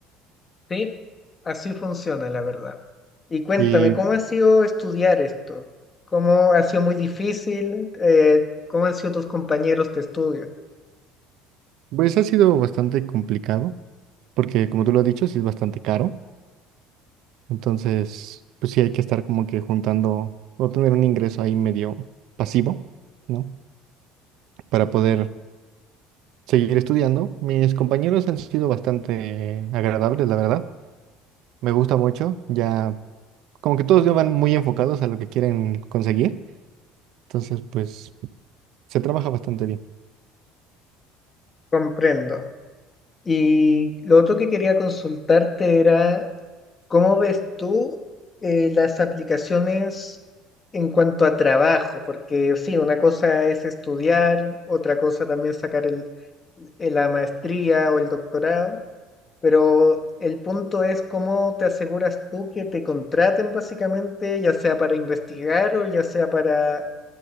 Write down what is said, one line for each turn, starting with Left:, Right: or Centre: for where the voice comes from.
Left: Sí, así funciona, la verdad. Y cuéntame,
Right: Y
Left: ¿cómo ha sido estudiar esto? ¿Cómo ha sido muy difícil? Eh, ¿cómo han sido tus compañeros de estudio?
Right: pues ha sido bastante complicado, porque como tú lo has dicho, sí es bastante caro. Entonces, pues sí hay que estar como que juntando o tener un ingreso ahí medio pasivo, ¿no? Para poder seguir estudiando. Mis compañeros han sido bastante agradables, la verdad. Me gusta mucho. Ya, como que todos ya van muy enfocados a lo que quieren conseguir. Entonces, pues se trabaja bastante bien.
Left: Comprendo. Y lo otro que quería consultarte era ¿Cómo ves tú eh, las aplicaciones en cuanto a trabajo? Porque sí, una cosa es estudiar, otra cosa también sacar el, el- la maestría o el doctorado, pero el punto es cómo te aseguras tú que te contraten básicamente, ya sea para investigar o ya sea para,